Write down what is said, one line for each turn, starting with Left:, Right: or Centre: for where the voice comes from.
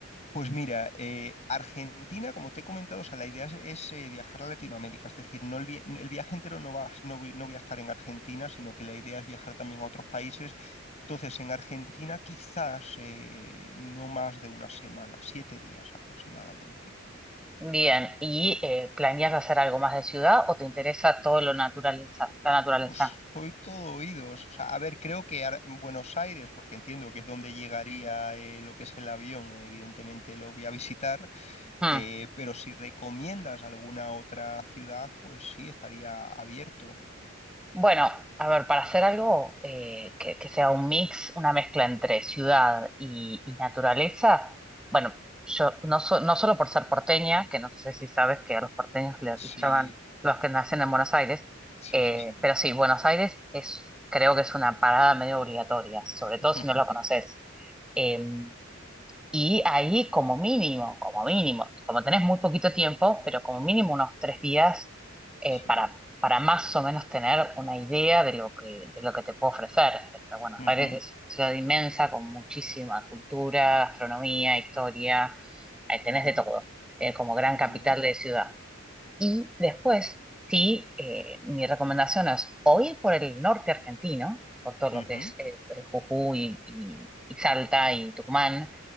Left: Pues mira, eh, Argentina, como te he comentado, o sea, la idea es, es, eh, viajar a Latinoamérica, es decir, no el, vi- el viaje entero no va, no voy, no voy a estar en Argentina, sino que la idea es viajar también a otros países. Entonces, en Argentina quizás eh, no más de una semana, siete días aproximadamente.
Centre: Bien, ¿y eh, planeas hacer algo más de ciudad o te interesa todo lo naturaleza, la naturaleza?
Left: Pues soy todo oídos. O sea, a ver, creo que Ar- Buenos Aires, porque entiendo que es donde llegaría eh, lo que es el avión, evidentemente lo voy a visitar.
Centre: Hmm.
Left: Eh, pero si recomiendas alguna otra ciudad, pues sí, estaría abierto.
Centre: Bueno, a ver, para hacer algo eh, que, que sea un mix, una mezcla entre ciudad y, y naturaleza, bueno, yo no, so- no solo por ser porteña, que no sé si sabes que a los porteños le-
Left: Sí,
Centre: los llaman los que nacen en Buenos Aires,
Left: sí,
Centre: eh,
Left: sí, sí.
Centre: pero sí, Buenos Aires es, creo que es una parada medio obligatoria, sobre
Left: <laughs>
Centre: todo si no lo conoces. Em, y ahí como mínimo, como mínimo, como tenés muy poquito tiempo, pero como mínimo unos tres días eh,
Left: Sí.
Centre: para, para más o menos tener una idea de lo que, de lo que te puedo ofrecer. O sea, Buenos
Left: Ujú,
Centre: Aires es una ciudad inmensa con muchísima cultura, gastronomía, historia, eh, tenés
Left: ujú,
Centre: de todo, eh, como gran
Left: Muy
Centre: capital
Left: bien.
Centre: de ciudad. Y después, sí, eh, mi recomendación es o ir por el norte argentino, por todo lo
Left: Ujú,
Centre: que es eh, eh, Jujuy y, y Salta y Tucumán,